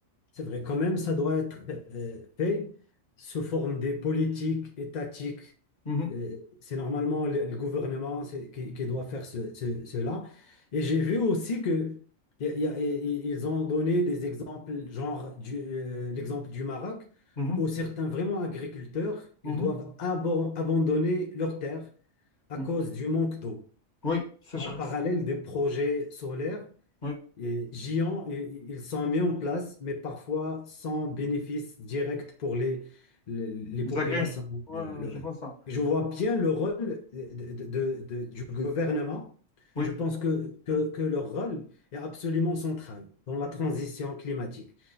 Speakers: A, on the left; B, on the left.
A: C'est vrai, quand même, ça doit être euh, fait sous forme des politiques étatiques.
B: Mhm,
A: Euh, c'est normalement le, le gouvernement c'est- qui, qui doit faire ce- ce- cela. Et j'ai vu aussi que y a- y a- y- y- ils ont donné des exemples, genre du- euh, l'exemple du Maroc,
B: mhm,
A: où certains vraiment agriculteurs,
B: mhm,
A: ils doivent abo- abandonner leurs terres à
B: mhm,
A: cause
B: mhm.
A: du manque d'eau.
B: Oui, sécheresse.
A: En parallèle des projets solaires
B: Oui.
A: et Gion, i- i- ils sont mis en place, mais parfois sans bénéfice direct pour les, les, les
B: Les
A: populations
B: agriculteurs. Ouais,
A: euh, locales.
B: je vois ça.
A: Je vois bien le rôle de- de- de- de- du gouvernement.
B: Oui,
A: Je pense que, que, que leur rôle est absolument central dans la transition climatique.